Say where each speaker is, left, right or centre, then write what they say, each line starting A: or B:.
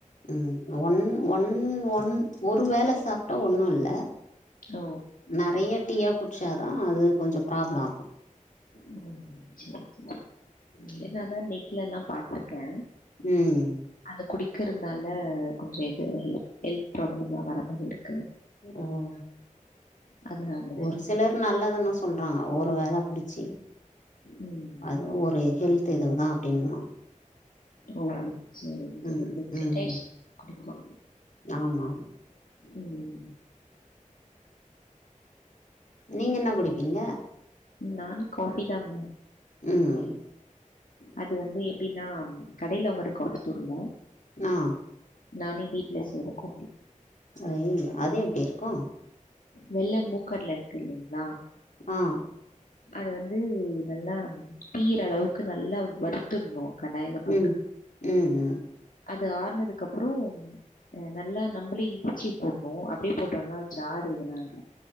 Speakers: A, on the left; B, on the left.
A: ம் ஒன் ஒன் ஒன் ஒரு வேல சாப்ட்டா ஒன்னுல்ல
B: ஓ
A: நெறைய டீயா குடிச்சாதா அது கொஞ்ச ப்ராப்ள ஆகு
B: ம் சரி ச ஏநாதா நெட்லல்லா பா்த்தருக்கே
A: ம்
B: அந்த குடிக்கிறதுனால கொஞ்ச இது ஹெல்த் ப்ராப்ளம்லா வராம இருக்கு
A: ம்
B: அதனால தான்
A: ஒரு
B: சொன்னேன்.
A: சிலர் நல்லதுன்னு சொல்றாங்க ஒரு வேன புடிச்சி
B: ம்.
A: அது ஒரு ஹெல்த் தெதுவுதா அப்படின்னுவா
B: ஆ சரி சரி
A: ம்.
B: உங்களுக்கு
A: ம்.
B: செட்டாயிச் குடுக்கலா
A: ஆமா
B: ம்
A: நீங்க என்ன குடிப்பீங்க
B: நானே காஃபி தாங்
A: ம் ம்
B: அது வந்து எப்டின்னா கடையில வாங்குற காஃபி தூளு
A: நா
B: நானே வீட்ல செய்ற கோஃபி
A: அய்யய்யோ அது எப்டி இருக்கு
B: வெள்ள மூக்கடல இருக்கு இல்லைங்ளா
A: ஆ
B: அத வந்து நல்லா தீயிற அளவுக்கு நல்லா வருத் த்துர்னு கடாயில போட்டு
A: ம். ம். ம்.
B: அது ஆர்னதுக்கு அப்பறோ ஆ நல்லா நம்பளே இடுச்சு போட்னு அப்டியே போட்டோன்னா ஜாரு எதுனா ஆயிடு